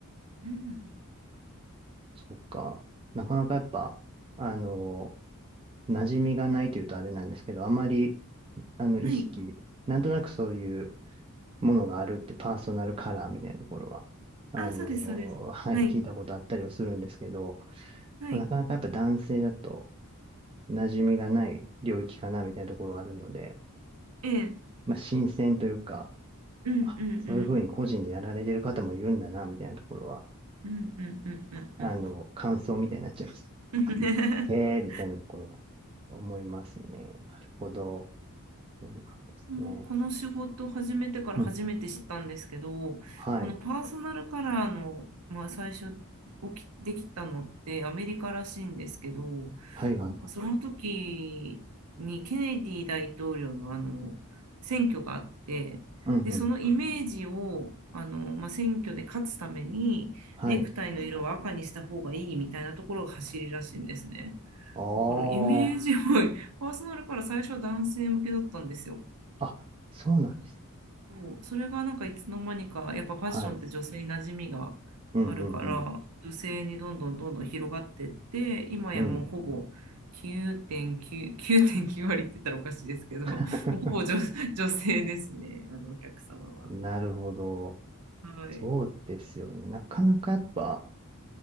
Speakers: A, on the right; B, on the right.
A: うん。
B: そっか。なかなかやっぱ、あの、馴染みがないというとあれなんですけど、あまり、あの、意識、
A: はい。
B: なんとなくそういうものがあるってパーソナルカラーみたいなところは、あの、
A: あ、そうです、そうです。
B: はい、
A: はい。
B: 聞いたことあったりはするんですけど、
A: はい。
B: まあなかなかやっぱ男性だと馴染みがない領域かなみたいなところはあるので、
A: ええ。
B: まあ、新鮮というか、
A: うん、
B: あ、
A: うん、
B: そういうふうに個人でやられてる方もいるんだな、みたいなところは、
A: うん。うん、うん、うん、
B: あの、
A: うん、う
B: 感想みたいになっちゃいます。
A: ん。<laughs>
B: へえ、みたいなところが思いますね。なるほど。そうなんですね。
A: もうこの仕事を始めてから初めて知ったんですけど、
B: うん。はい。
A: このパーソナルカラーの、まあ、最初起き、できたのってアメリカらしいんですけど、
B: はいはい。
A: なんかその時にケネディ大統領のあの選挙があって、
B: うんうん。
A: で、そのイメージをあの、まあ、選挙で勝つためにネクタイの色は赤にした方がいいみたいなところが走りらしいんですね。
B: はい。ああ。
A: だからイメージを <laughs> パーソナルから最初は男性向けだったんですよ。
B: あ、そうなんです。
A: そうそれがなんかいつの間にかやっぱファッションって女性に馴染みがあるから女性にどんどんどんどん広がってって今やもうほぼ9.9、
B: はい。うんうんうんうん。
A: 9.9割って言ったらおかしいですけどもうほぼ女、
B: <laughs>
A: 女性ですねあのお客様は。
B: なるほど。
A: はい。
B: そうですよね。なかなかやっぱ、